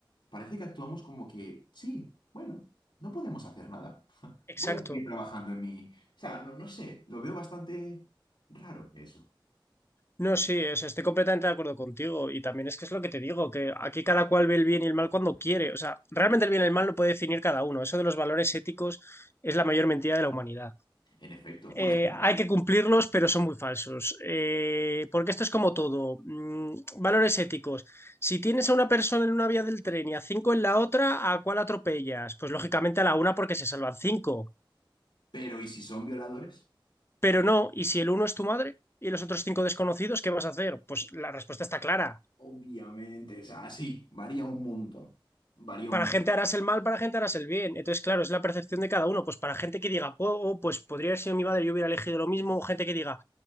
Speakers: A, on the left; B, on the left.
A: parece que actuamos como que, sí, bueno, no podemos hacer nada. <laughs>
B: exacto.
A: Voy a seguir trabajando en mi... O sea, no, no sé, lo veo bastante raro eso,
B: No, sí, o sea, estoy completamente de acuerdo contigo. Y también es que es lo que te digo, que aquí cada cual ve el bien y el mal cuando quiere. O sea, realmente el bien y el mal lo puede definir cada uno. Eso de los valores éticos es la mayor mentira de la humanidad.
A: en efecto. Por
B: Eh,
A: ejemplo,
B: hay que cumplirlos, pero son muy falsos. Eh, porque esto es como todo. Mm, valores éticos. Si tienes a una persona en una vía del tren y a cinco en la otra, ¿a cuál atropellas? Pues lógicamente a la una porque se salvan cinco.
A: pero ¿y si son violadores?
B: Pero no, ¿y si el uno es tu madre? ¿Y los otros cinco desconocidos, qué vas a hacer? Pues la respuesta está clara.
A: Obviamente, o sea, sí, varía un montón. Varía un
B: para
A: montón.
B: gente harás el mal, para gente harás el bien. Entonces, claro, es la percepción de cada uno. Pues para gente que diga, oh, oh, pues podría haber sido mi madre, yo hubiera elegido lo mismo. O gente que diga,